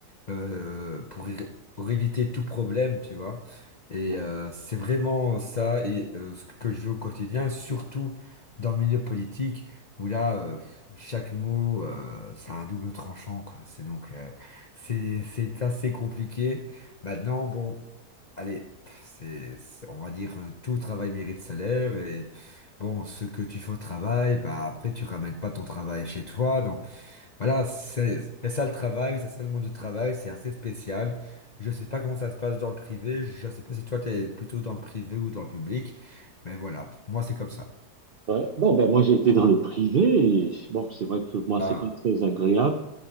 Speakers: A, on the left; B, on the right.
A: euh, pour, é- pour éviter tout problème, tu vois. Et
B: ouais.
A: euh, c'est vraiment ça et euh, ce que je vis au quotidien, surtout dans le milieu politique, où là, euh, chaque mot, euh, ça a un double tranchant, quoi. C'est donc, euh, c'est, c'est assez compliqué. Maintenant, bon, allez, pff, c'est, c'est- on va dire, euh, tout travail mérite salaire et bon, ce que tu fais au travail, bah après, tu ramènes pas ton travail chez toi, donc. Voilà, c'est c'est ça le travail, c'est ça le monde du travail, c'est assez spécial. Je sais pas comment ça se passe dans le privé, je sais pas si toi t'es plutôt dans le privé ou dans le public, mais voilà, moi c'est comme ça.
B: Ouais. Bon, ben moi, j'ai été dans le privé. et bon, c'est vrai que moi,
A: Ah,
B: c'est pas très agréable